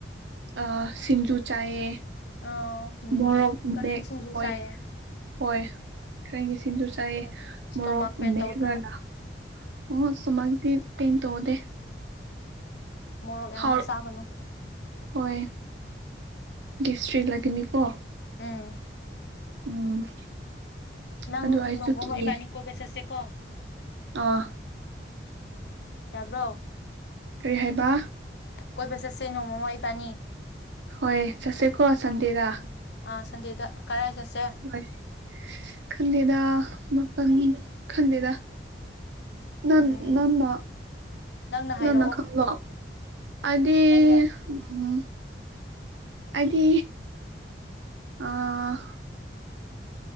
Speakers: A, on the right; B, on the left.
A: ꯑꯥ ꯁꯤꯡꯖꯨ ꯆꯥꯏꯌꯦ
B: ꯑꯣ ꯃꯤꯃꯤ
A: ꯃꯣꯔꯣꯛ
B: ꯀꯔꯦꯟ
A: ꯃꯦꯛ
B: ꯁꯤꯡꯖꯨ
A: ꯍꯣꯏ
B: ꯆꯥꯏꯌꯦ
A: ꯍꯣꯏ ꯈꯔꯡꯒꯤꯁꯤꯡꯖꯨ ꯆꯥꯏꯌꯦ
B: ꯏꯁꯇꯣꯃꯛ
A: ꯃꯣꯔꯣꯛ
B: ꯄꯦꯟ
A: ꯃꯦꯠꯔꯒ
B: ꯇꯧꯗ꯭ꯔꯣ
A: ꯑꯣ ꯁꯨꯃꯥꯏꯟꯇꯤ ꯄꯦꯟ ꯇꯧꯗꯦ
B: ꯃꯣꯔꯣꯛ ꯌꯥꯝꯅ
A: ꯍꯥꯎ
B: ꯆꯥꯒꯅꯨ
A: ꯍꯣꯏ ꯒꯦꯁꯇꯔꯤꯂꯩꯒꯅꯤꯀꯣ
B: ꯎꯝ
A: ꯎꯝ
B: ꯅꯪ
A: ꯑꯗꯨ ꯑꯩꯁꯨ
B: ꯅꯣꯡꯃ
A: ꯀꯤꯌꯦ
B: ꯑꯃꯥ ꯏꯕꯥꯅꯤ ꯀꯣꯏꯕ ꯆꯠꯁꯦꯀꯣ
A: ꯑꯥ
B: ꯌꯥꯕ꯭ꯔꯣ
A: ꯀꯔꯤ ꯍꯥꯏꯕ
B: ꯀꯣꯏꯕ ꯆꯠꯁꯦ ꯅꯣꯡꯃ ꯑꯃ ꯏꯕꯥꯅꯤ
A: ꯍꯣꯏ ꯆꯠꯁꯦꯀꯣ ꯁꯟꯗꯦꯗ
B: ꯑꯥ ꯁꯟꯗꯦꯗ ꯀꯔꯥꯏ ꯆꯠꯁꯦ
A: ꯍꯣꯏ ꯈꯟꯗꯦꯗ ꯃꯐꯝ ꯈꯟꯗꯦꯗ ꯅꯟ
B: ꯎꯝ
A: ꯅꯪꯅꯥ
B: ꯅꯪꯅ ꯍꯥꯏꯔꯛꯑꯣ
A: ꯅꯪꯅꯥ ꯈꯟꯂꯣ ꯑꯗꯤ
B: ꯑꯩꯅ
A: ꯎꯝ ꯑꯩꯗꯤ ꯑꯥ